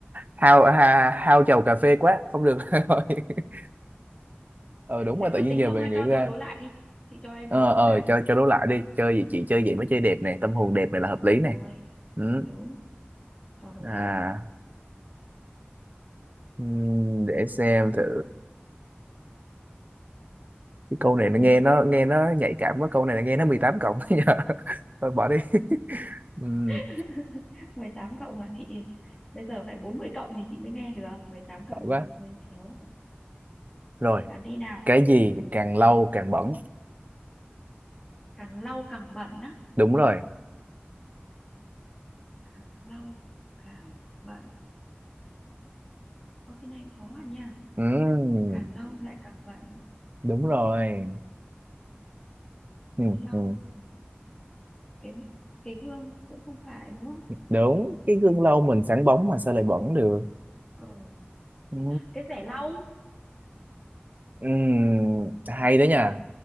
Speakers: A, on the right (about 45°); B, on the left (about 15°).
A: hao ha, hao chầu cà phê quá không được rồi <laughs> ờ đúng
B: thế
A: rồi
B: có
A: tự nhiên
B: tính
A: giờ
B: không
A: mình
B: hay
A: nghĩ
B: cho
A: ra
B: cho đố lại đi chị cho em
A: ờ
B: đố câu
A: ờ
B: khác
A: cho cho đố lại đi chơi gì chị chơi
B: ừ,
A: gì mới chơi đẹp này tâm hồn đẹp này là hợp
B: đúng
A: lý này
B: rồi
A: ừ.
B: đúng cho đố
A: à
B: lại
A: ừm, để xem thử cái câu này nó
B: ừ.
A: nghe nó nghe nó nhạy cảm quá câu này là nghe nó mười tám cộng <laughs> nhờ thôi bỏ đi <laughs> Ừm,
B: <laughs> mười tám cộng là chị bây giờ phải 40 cộng thì chị mới nghe được 18 cộng
A: sợ quá
B: hơi thiếu
A: rồi
B: Làm đi nào.
A: cái gì
B: Ừ.
A: càng lâu càng bẩn
B: Càng lau càng bẩn á.
A: đúng rồi
B: Càng lau càng bẩn. Ơ cái này khó à nha.
A: Ừm,
B: Càng lau lại càng bẩn.
A: đúng rồi Ừm,
B: Lau
A: ừm.
B: cái cái gương cũng không phải đúng không?
A: đúng cái gương lâu mình sáng bóng mà sao lại bẩn được
B: Ừ.
A: ừ.
B: Cái rẻ lau
A: Ừ. hay đó nha